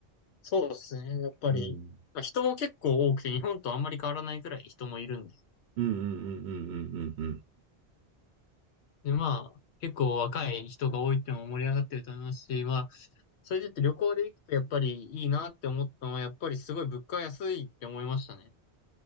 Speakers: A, on the left; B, on the right.
A: そうですね。やっぱり。
B: うん。
A: まあ、人も結構多くて、日本とあんまり変わらないくらい人もいるんで。
B: うんうんうんうんうんうんうん。
A: で、まあ、結構若い人が多いっていうのも盛り上がってると思いますし、まあ、それで言って旅行で行くとやっぱりいいなって思ったのは、やっぱりすごい物価安いって思いましたね。